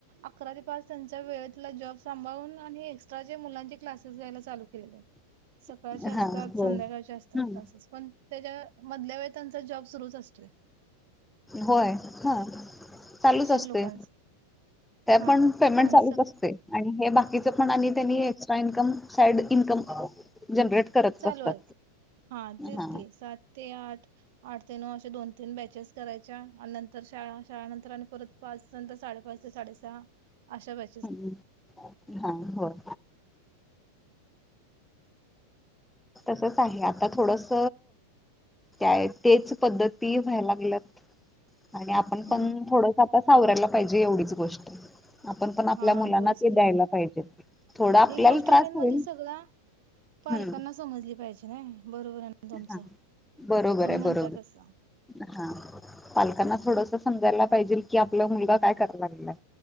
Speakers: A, on the right; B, in the centre.
A: अकरा ते पाच त्यांच्या वेळेतला जॉब सांभाळून आणि हे एक्स्ट्रा जे मुलांचे क्लासेस घ्यायला, चालू केलेले.
B: <unintelligible>
A: सकाळचे असतात,
B: हा हो
A: संध्याकाळचे
B: हम्म
A: असतात क्लासेस, पण त्याच्या, मधल्या वेळेत त्यांचा जॉब सुरुच असतोय.
B: होय, हां. चालूच
A: शिक्षक
B: असतय,
A: लोकांचा
B: त्या
A: हा
B: पण पेमेंट
A: आणि
B: चालूच
A: स
B: असतय. आणि हे बाकीच पण आणि त्यांनी extra income, side income generate करतच
A: चालू
B: असतात
A: यच, हां तेच
B: हा
A: की, सात ते आठ, आठ ते नऊ, अशे दोन-तीन बॅचेस करायच्या आणि नंतर शाळा, शाळा नंतर अन परत पाच, नंतर साडेपाच ते साडेसहा, अशा बॅ
B: हम्म, हं होय.
A: <unintelligible>
B: तसच आहे. आता थोडस त्या तेच पद्धती व्हाय लागल्यात. आणि आपण
A: हा
B: पण थोडस आता सावरायला पाहिजे एवढीच गोष्ट. आपण पण आपल्या
A: हा
B: मुलांना
A: होयच
B: ते
A: की
B: द्यायला पाहिजे. थोड आपल्याला
A: ही गोष्ट
B: त्रास
A: मेन
B: होईल.
A: म्हणजे सगळ्या पालकांना
B: हम्म
A: समजली पाहिजे नाही, बरोबर आहे ना तुमचं,
B: हा बरोबर
A: तुम्ही
B: आहे
A: म्हणता
B: बरोबर
A: तसं.
B: हा, पालकांना थोडस समजायला पाहिजेल कि आपला मुलगा काय कराय लागलाय.